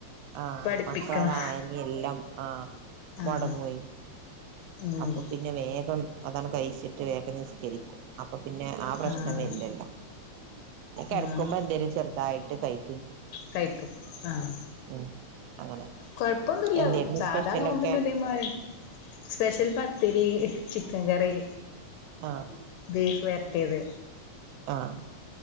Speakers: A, on the right; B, on the left.
A: ആഹ്
B: പഠിപ്പിക്കണം
A: മക്കളെ വായന എല്ലാം ആഹ്
B: ആഹ്
A: മൊടങ്ങുവേ
B: ഉം
A: അപ്പൊ പിന്നെ വേഗം അതാണ് കഴിച്ചിട്ട് വേഗം നിസ്കരിക്കും അപ്പ് അപ്പൊ പിന്നെ ആ പ്രശ്നം
B: ആഹ്
A: വരില്ലല്ലോ ന്നെ കെടക്കുമ്പം
B: ആഹ്
A: എന്തേലും ചെറുതായിട്ട് കയ്
B: കഴിക്കും ആഹ്
A: ഉം അങ്ങനെ
B: കൊഴപ്പൊന്നുല്ല
A: എന്തേരുന്നു
B: സാധാരണ
A: സ്പെഷ്യലൊക്കെ
B: നോമ്പിന്റെ തേമാതി സ്പെഷ്യൽ പത്തിരി ചിക്കൻ കറി
A: ആഹ്
B: ബീഫ് വരട്ടിയത്
A: ആഹ്